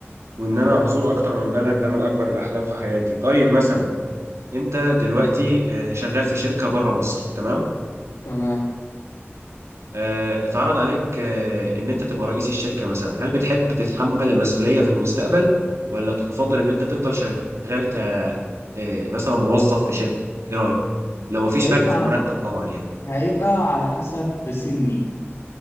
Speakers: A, on the right; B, on the left.
A: وان انا ازور اكتر من بلد ده من اكبر الاحلام في حياتي طيب مثلا انت دلوقتي آه، شغال في شركه بره مصر تمام
B: تمام
A: آه، اتعرض عليك آه، ان انت تبقى رئيس الشركه مثلا هل بتحب تتحمل المسؤوليه في المستقبل ولا تفضل ان انت تفضل شغال ك آه، مثلا موظف في شركه ايه رايك لو مفيش
B: هيبقى
A: فرق في
B: على
A: المرتب طبعا يعني
B: هيبقى على حسب سني